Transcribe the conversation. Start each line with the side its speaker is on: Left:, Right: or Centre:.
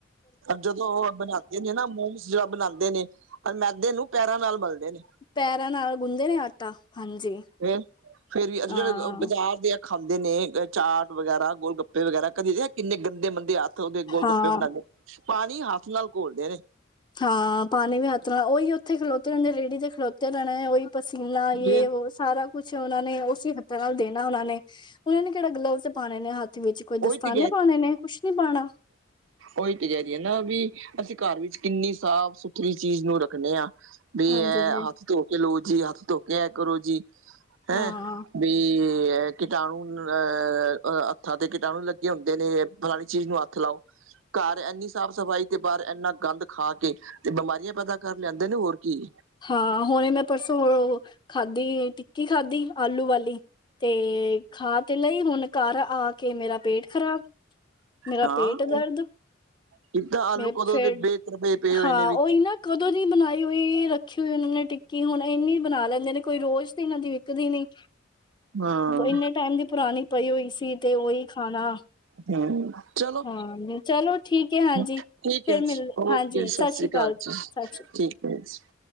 Right: ਜਦੋਂ ਓ ਬਣਾਂਦੇ ਨੇ ਨਾ ਮੋਮਸ- ਜੇੜਾ ਬਣਾਂਦੇ ਨੇ ਔਰ ਮੈਦੇ ਨੂੰ ਪੈਰਾਂ ਨਾਲ ਮਲਦੇ ਨੇ।
Left: ਪੈਰਾਂ ਨਾਲ ਗੁੰਦੇ ਨੇ ਆਟਾ। ਹਾਂਜੀ
Right: ਫ ਫੇਰ ਵੀ
Left: ਹਾਂ
Right: ਜੇੜੇ ਬਾਜ਼ਾਰ ਦੇ- ਖਾਂਦੇ ਨੇ ਚਾਟ ਵਗੈਰਾ, ਗੋਲ ਗੱਪੇ ਵਗੈਰਾ, ਕਦੀ ਰਿਆ ਕਿੰਨੇ ਗੰਦੇ ਮੰਦੇੰ - ਦੇ ਹੱਥ ਓਦੇ ਗੋਲ
Left: ਹਾਂ
Right: ਗੱਪੇ ਬਣਾਂਦੇ ਪਾਣੀ ਹੱਥ ਨਾਲ ਘੋਲਦੇ ਨੇ।
Left: ਹਾਂ ਪਾਣੀ ਵੀ ਹੱਥ ਨਾਲ ਓਹੀ। ਓਥੇ ਖਲੋਤੇ ਰੇਂਦੇ ਰੇੜੀ ਤੇ ਖਲੋਤੇ ਰੈਣੇ ਓਈ। ਪਸੀਨਾ ਯੇ
Right: ਜੇ
Left: ਓ ਸਾਰਾ ਕੁਛ ਓਨਾ ਨੇ- ਚੀ ਹੱਥਾਂ ਨਾਲ ਦੇਣਾ ਉਨਾ ਨੇ। ਉਨਾਂ ਨੇ ਕੇੜਾ ਗਲਵਜ਼ ਪਾਣੇ ਨੇ ਹੱਥ- ਵਿੱਚ ਕੋਈ ਦਸਤਾਨੇ
Right: ਉਹੀ ਤੇ
Left: ਪਾਣੇ ਨੇ ਕੁਛ ਨੀ ਪਾਣਾ।
Right: ਓਈ ਤੇ ਕੈ ਰੀ ਨਾ ਵੀ ਅਸੀਂ ਘਰ ਵਿੱਚ ਕਿੰਨੀ ਸਾਫ਼ ਸੁਥਰੀ ਚੀਜ਼ ਨੂੰ ਰੱਖਣੇ ਆਂ। ਵੀ
Left: ਹਾਂਜੀ
Right: ਐ
Left: ਹਾਂਜੀ
Right: ਹੱਥ ਧੋ ਕੇ ਲੋ ਜੀ। ਹੱਥ ਧੋ ਕੇ ਐ ਕਰੋ ਜੀ। ਹੈਂ
Left: ਹਾਂ
Right: ਬਈ ਏ ਕੀਟਾਣੂ ਅ ਅ ਹੱਥਾਂ ਤੇ- ਤੇ ਕੀਟਾਣੂ ਲੱਗੇ ਹੁੰਦੇ ਨੇ ਫਲਾਣੀ ਚੀਜ਼ ਨੂੰ ਹੱਥ ਲਾਓ। ਘਰ ਏਨੀ ਸਾਫ਼ ਸਫ਼ਾਈ ਤੇ ਬਾਰ ਏਨਾ ਗੰਦ ਖਾ ਕੇ- ਤੇ ਬਿਮਾਰੀਆਂ ਪੈਦਾ ਕਰ ਲਿਆਂਦੇ ਨੇ ਹੋਰ ਕੀ।
Left: ਹਾਂ ਹੁਣੇ ਮੈਂ ਪਰਸੋਂ ਖਾਧੀ। ਟਿੱਕੀ ਖਾਧੀ ਆਲੂ ਵਾਲੀ। ਤੇ ਖਾ ਤੇ ਲਈ ਹੁਣ ਘਰ ਆ ਕੇ ਮੇਰਾ- ਪੇਟ ਖ਼ਰਾਬ। ਮੇਰਾ
Right: ਹਾਂ
Left: ਪੇਟ ਦਰਦ।
Right: ਕਿੱਦਾਂ ਆਲੂ
Left: ਮੇ
Right: ਕਦੋਂ
Left: ਫੇਰ
Right: ਦੇ ਬੇਤਰਬੇ ਪਏ ਹੋਏ
Left: ਹਾਂ
Right: ਨੇ ਵਿੱਚ
Left: ਓਈ ਨਾ- ਕਦੋਂ ਦੀ ਬਣਾਈ ਹੋਈ ਰੱਖੀ ਹੋਈ ਉਨਾਂ ਨੇ ਟਿੱਕੀ ਹੁਣ ਏਨੀ ਬਣਾ ਲੈਂਦੇ ਨੇ। ਕੋਈ ਰੋਜ਼ ਤੇ ਇਨਾਂ ਦੀ ਵਿਕਦੀ ਨੀ।
Right: ਹਾਂ
Left: ਏਨੇ ਟਾਈਮ ਦੀ ਪੁਰਾਣੀ ਪਈ ਹੋਈ ਸੀ ਤੇ ਓਈ ਖਾਣਾ-
Right: ਹੂੰ ਚਲੋ
Left: ਹਾਂ ਚਲੋ ਠੀਕ ਹੈ ਹਾਂਜੀ
Right: ਠੀਕ
Left: ਫਿਰ
Right: ਐ ਜੀ।
Left: ਮਿਲ
Right: ਓਕੇ
Left: ਹਾਂਜੀ ਸਤਿ
Right: ਸਾਸਰੀ
Left: ਸ੍ਰੀ ਅਕਾਲ
Right: ਕਾਲ ਜੀ
Left: ਸਤਿ ਸ਼੍ਰੀ
Right: ਠੀਕ। <inaudible>